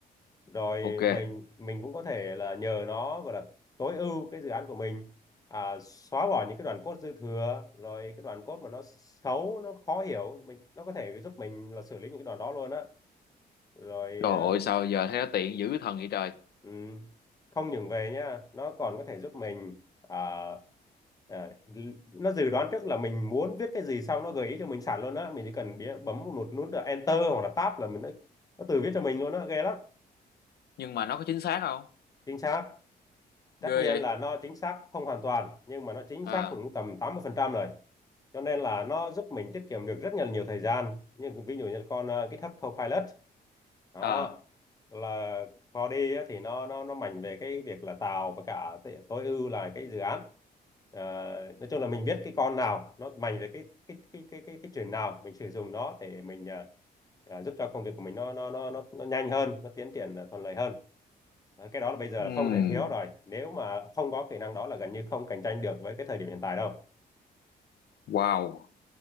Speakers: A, on the left (about 20°); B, on the left (about 80°).
A: rồi
B: ok
A: mình mình cũng có thể là nhờ nó gọi là tối ưu cái dự án của mình à, xóa bỏ những cái đoạn code dư thừa rồi cái đoạn code mà nó xấu nó khó hiểu mình nó có thể giúp mình là xử lý những cái đoạn đó luôn á rồi
B: Trời
A: à,
B: ơi sao giờ thấy nó tiện dữ thần vậy trời
A: ừm, không những về nhá nó còn có thể giúp mình à, Đấy, nó dự đoán trước là mình muốn viết cái gì xong nó gợi ý cho mình sẵn luôn á mình chỉ cần bấm một nút là enter hoặc là tab là mình nó, nó tự viết cho mình luôn á ghê lắm
B: nhưng mà nó có chính xác không
A: chính xác tất
B: ghê
A: nhiên
B: vậy
A: là nó chính xác không hoàn toàn nhưng mà nó chính
B: à
A: xác cũng tầm 80% rồi cho nên là nó giúp mình tiết kiệm được rất là nhiều thời gian nhưng ví dụ như con ờ, GitHub Copilot đó
B: à
A: là Claude á, thì nó nó nó mạnh về cái việc là tạo và cả t- tối ưu là cái dự án Ờ, nói chung là mình biết cái con nào nó mạnh về cái cái cái cái cái cái chuyện nào mình sử dụng nó để mình ờ, ờ, giúp cho công việc của mình nó nó nó nó, nó nhanh hơn nó tiến triển ờ, thuận lợi hơn Ờ, cái đó là bây giờ
B: ừm,
A: là không thể thiếu rồi nếu mà không có kỹ năng đó là gần như không cạnh tranh được với cái thời điểm hiện tại đâu
B: wow